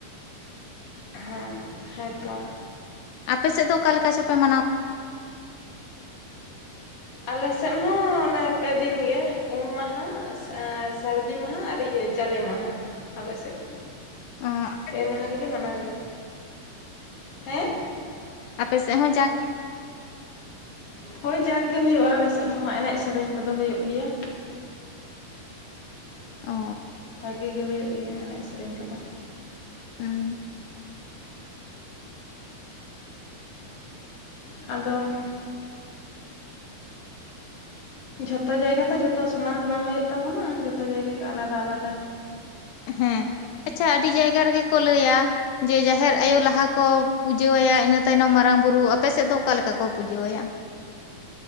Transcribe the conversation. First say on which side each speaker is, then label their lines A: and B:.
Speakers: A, on the left; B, on the left.
A: ᱦᱮᱸ ᱦᱮᱸ ᱛᱚ
B: ᱟᱯᱮᱮᱥᱮᱫ ᱫᱚ ᱚᱠᱟ ᱞᱮᱠᱟ ᱪᱚᱯᱮ ᱢᱟᱱᱟᱣ?
A: ᱟᱞᱮᱥᱮᱫ ᱦᱚᱸ ᱚᱱᱮ ᱯᱮᱫᱤᱱ ᱜᱮ ᱩᱢ ᱢᱟᱦᱟ ᱥᱟᱹᱨᱫᱤ ᱢᱟᱦᱟ ᱟᱨ ᱤᱭᱟᱹ ᱡᱟᱞᱮ ᱢᱟᱦᱟ ᱟᱞᱮᱥᱮᱫ ᱫᱚ᱾
B: <unintelligible>
A: ᱯᱮ ᱢᱟᱦᱟ ᱜᱮᱞᱮ ᱢᱟᱱᱟᱣ ᱜᱮᱭᱟ ᱦᱮᱸ᱾
B: ᱟᱯᱮ ᱥᱮ ᱦᱚᱸ ᱡᱟᱠ
A: ᱦᱚᱭ ᱡᱟᱠᱜᱮ ᱦᱩᱭᱩᱜᱼᱟ ᱟᱞᱮᱥᱮᱫ ᱦᱚᱸ ᱮᱱᱮᱡ ᱥᱮᱨᱮᱧ ᱠᱚᱫᱚ ᱦᱩᱭᱩᱜ ᱜᱮᱭᱟ᱾
B: ᱚ
A: ᱵᱷᱟᱜᱮ ᱜᱮ ᱦᱩᱭᱩᱜ ᱜᱮᱭᱟ ᱮᱱᱮᱡ ᱥᱮᱨᱮᱧ ᱠᱚᱫᱚ᱾
B: ᱦᱩᱸ
A: ᱟᱫᱚ ᱡᱷᱚᱛᱚ ᱡᱟᱭᱜᱟ ᱛᱚ ᱡᱷᱚᱛᱚ ᱥᱚᱢᱟᱱ ᱫᱚ ᱵᱟᱝ ᱦᱩᱭᱩᱜ ᱛᱟᱵᱚᱱᱟ ᱡᱷᱚᱛᱚ ᱡᱟᱭᱜᱟ ᱜᱮ ᱟᱞᱟᱫᱟ ᱟᱞᱟᱫᱟ᱾
B: ᱦᱮᱸ ᱟᱪᱪᱷᱟ ᱟᱹᱰᱤ ᱡᱟᱭᱜᱟ ᱨᱮᱜᱮ ᱠᱚ ᱞᱟᱹᱭᱟ, ᱡᱮ ᱡᱟᱦᱮᱨ ᱟᱭᱳ ᱞᱟᱦᱟ ᱠᱚ ᱯᱩᱡᱟᱹ ᱟᱭᱟ ᱤᱱᱟᱹ ᱛᱟᱭᱱᱚᱢ ᱢᱟᱨᱟᱝ ᱵᱩᱨᱩ ᱟᱯᱮ ᱥᱮᱫ ᱫᱚ ᱚᱠᱟᱞᱮᱠᱟ ᱠᱚ ᱯᱩᱡᱟᱹᱣ ᱟᱭᱟ?